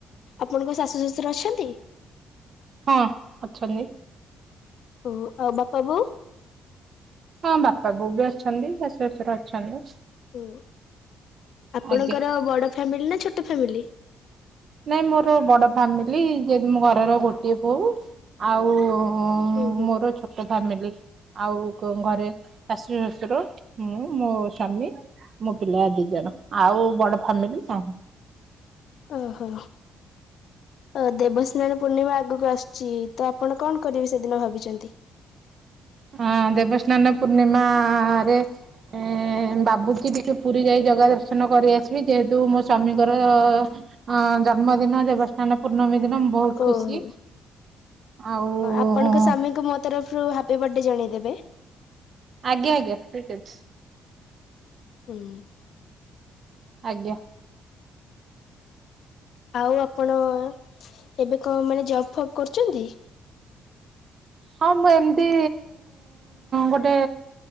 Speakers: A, on the left (about 70°); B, on the right (about 50°).
A: ଆପଣଙ୍କ ଶାଶୁ ଶ୍ୱଶୁର ଅଛନ୍ତି?
B: ହଁ ଅଛନ୍ତି।
A: ଓ ଆଉ ବାପା ବୋଉ
B: ହଁ ବାପା ବୋଉ ବି ଅଛନ୍ତି, ଶାଶୁ ଶ୍ୱଶୁର ଅଛନ୍ତି।
A: ଓ ଆପଣଙ୍କର
B: ଆଜ୍ଞା
A: ବଡ ଫ୍ୟାମିଲି ନା ଛୋଟ ଫ୍ୟାମିଲି?
B: ନାଇଁ ମୋର ବଡ ଫ୍ୟାମିଲି ଯେତ ମୋ ଘରର ଗୋଟିଏ ବୋଉ ଆଉ ଉଁ ଉଁ
A: ଓହୋ
B: ଉଁ ମୋର ଛୋ ଫାମିଲି ଆଉ ଘରେ ଶାଶୁ, ଶଶୁର, ମୁଁ, ମୋ ସ୍ଵାମୀ। ମୋ ପିଲା ଦି ଜଣ ଆଉ ବଡ ଫାମିଲି ନାହିଁ
A: ଓହୋ ଅ ଦେବସ୍ନାନ ପୂର୍ଣ୍ଣିମା ଆଗକୁ ଆସୁଛି ତ ଆପଣ କଣ କରିବେ ସେଦିନ ଭାବିଛନ୍ତି?
B: ହଁ ଦେବସ୍ନାନ ପୂର୍ଣ୍ଣିମାରେ ଏଁ ବାବୁଚି ଟିକେ ପୁରୀ ଯାଇ ଜଗା ଦର୍ଶନ କରି ଆସିବି ଯେହେତୁ ମୋ ସ୍ଵାମୀଙ୍କର ଅ ଜନ୍ମଦିନ ଦେବଷ୍ନାନ ପୂର୍ଣ୍ଣମୀ ଦିନ ବହୁତ
A: ଓହୋ
B: ଖୁସି ଆଉ
A: ଆପଣଙ୍କ ସ୍ୱାମୀଙ୍କୁ ମୋ ତରଫରୁ ହାପି ବଡେ ଜଣେଇଦେବେ।
B: ଆଜ୍ଞା ଆଜ୍ଞା ଠିକ୍ ଅଛି।
A: ଉଁ ହୁଁ
B: ଆଜ୍ଞା
A: ଆଉ ଆପଣ ଏବେ କଣ ମାନେ ଜବ୍ ଫବ୍ କରୁଛନ୍ତି?
B: ହଁ ମୁଁ ଏମିତି ଗୋଟେ